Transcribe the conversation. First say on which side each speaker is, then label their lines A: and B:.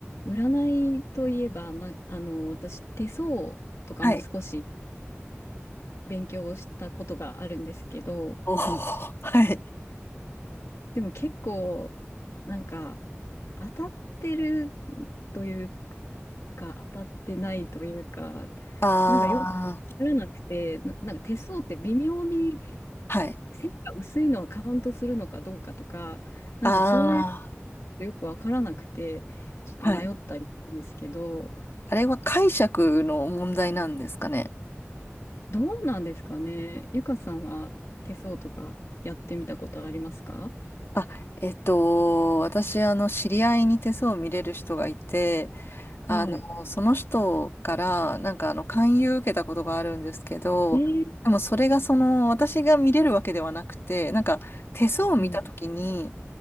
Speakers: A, on the left; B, on the left.
A: 占いといえば、な、あの、私、手相とかも少し
B: はい。
A: 勉強をしたことがあるんですけど、
B: おお、はい。
A: でも結構、なんか、当たってるというか、当たってないというか、
B: ああ、
A: なんかよくわからなくて、な、なんか手相って微妙に
B: はい。
A: 線が薄いのはカウントするのかどうかとか、なんかそういう
B: あ
A: のよくわからなくて、ちょっと迷ったりしたんですけど、
B: あ、はい。あれは解釈の問題なんですかね。
A: どうなんですかね。ゆかさんは手相とかやってみたことありますか
B: あ、えっと、私、あの、知り合いに手相を見れる人がいて、あの、
A: はい。
B: その人から、なんか、あの、勧誘受けたことがあるんですけど、
A: えー、
B: でも、それが、その、私が見れるわけではなくて、なんか、手相を見たときに、
A: うん。